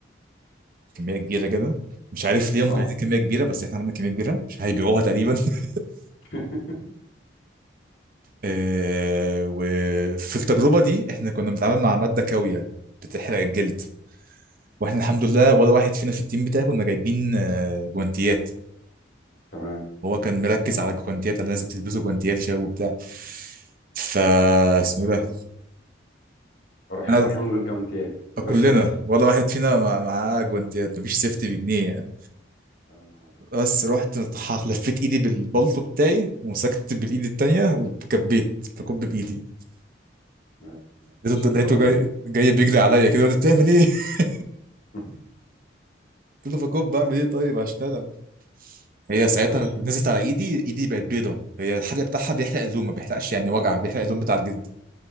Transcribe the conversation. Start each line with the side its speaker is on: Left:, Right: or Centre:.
Right: كمية كبيرة كده مش عارف ليه هم
Left: اه
Right: كانوا عايزين كمية كبيرة بس احنا عملنا كمية كبيرة مش هيبيعوها تقريبا <laughs>
Left: <laughs>
Right: إيه وفي التجربة دي احنا كنا بنتعامل مع مادة كاوية بتحرق الجلد واحنا الحمد لله ولا واحد فينا في التيم بتاعي كنا جايبين آه، جوانتيات
Left: تمام
Right: هو كان مركز على الجوانتيات انا لازم تلبسوا جوانتيات يا شباب وبتاع فا اسمه
Left: ان شاء
Right: إيه ده
Left: الله رايح
Right: انا
Left: رايحين من غير جوانتيه من غير
Right: كلنا
Left: سيفتي
Right: ولا واحد فينا مع- معاه جوانتيات مفيش سيفتي بجنيه يعني
Left: يا نهار أبيض.
Right: بس رحت ح- لفيت ايدي بالبلطو بتاعي ومسكت بالايد التانية وكبيت بكب بايدي
Left: آه،
Right: لقيته
Left: شيء
Right: لقيته
Left: خطير
Right: جاي جاي بيجري عليا كده وقال لي بتعمل ايه؟ <laughs>
Left: <laughs>
Right: قلت له بكب بعمل ايه طيب هشتغل هي ساعتها
Left: طيب
Right: نزلت على ايدي ايدي بقت بيضة هي الحرق بتاعها بيحرق اللون ما بيحرقش يعني وجع بيحرق اللون بتاع الجلد